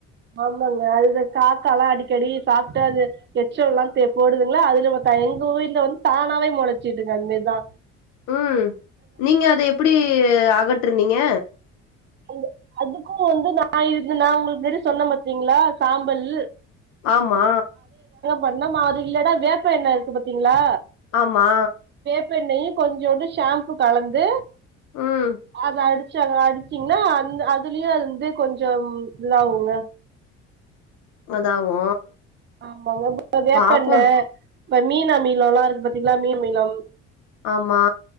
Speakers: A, on the right; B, on the left.
A: ஆமாங்க அது காக்க எல்லா அடிக்கடி சாப்ட்டு அது எச்ச எல்லா தெ போடுதுங்ளா அதுல த எங்க வீட்ல வந்து தானாவே மொளைச்சுதுங்க அதுமேதா
B: ம் நீங்க அத எப்படி அக ற்றுனிங்க
A: அ அதுக்கு வந்து நா இதுக்கு நா உங்ளுக்கு முன்னாடி சொன்னம் பாத்திங்ளா சாம்பல்
B: ஆமா
A: பண்ணம அது இல்லடா வேப்ப எண்ணெ இருக்கு பாத்திங்ளா
B: ஆமா
A: ப்பெண்ணெயு கொஞ்சூண்டு ஷேம்ப்பு கலந்து
B: ம்
A: அத அடுச்சு அத அடி ச்சிங்னா அந் அதுலயு அது வந்து கொஞ்சம் இதாகுங்க
B: அதாவு
A: ஆமாங்க வேப்பெண்ணெ
B: பாப்போம்
A: இப்ப மீனா மீள எல்லா இருக்கு பாத்திங்ளா மீன் மிளம்
B: ஆமா